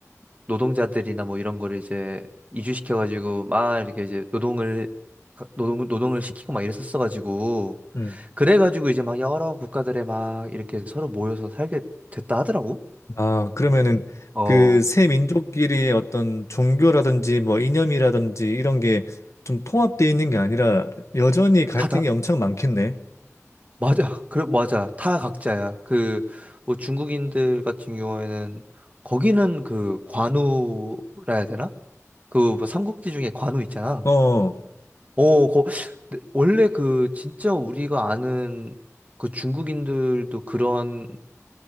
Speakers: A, on the right; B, on the left.
A: 노동자들이나 뭐 이런 거를 이제 이주시켜가지고 막 이렇게 이제 노동을 가- 노동 노동을 시키고 막 이랬었어가지고
B: 음.
A: 그래가지고 이제 막 여러 국가들에 막 이렇게 서로 모여서 살게 됐다 하더라고.
B: 아, 그러면은
A: 어,
B: 그 세 민족끼리의 어떤 종교라든지 뭐 이념이라든지 이런 게 좀 통합되어 있는 게 아니라 여전히 갈등이
A: 다다.
B: 엄청 많겠네.
A: 맞아. 그래, 맞아. 다 각자야. 그, 뭐 중국인들 같은 경우에는 거기는 그 관우라 해야 되나? 그 뭐 삼국지 중에 관우 있잖아.
B: 어.
A: 어, 거, 근데 원래 그 진짜 우리가 아는 그 중국인들도 그런